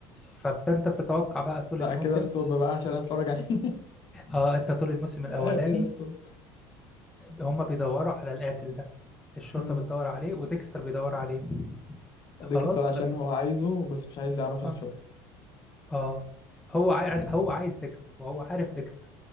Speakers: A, in the centre; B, on the left.
A: فأنت بتتوقع بقى طول
B: لا
A: الموسم
B: كده ستوب بقى عشان اتفرج عليه <laughs>
A: آه أنت طول الموسم الأولاني
B: آه، كده ستوب
A: هما بيدوروا على القاتل ده الشرطة
B: امم
A: بتدور عليه وديكستر بيدور عليه
B: اديك
A: خلاص
B: السؤال عشان
A: بس
B: هو عايزه بس مش عايز يعرف الشورت
A: آه, آه هو عايز هو عايز ديكستر وهو عارف ديكستر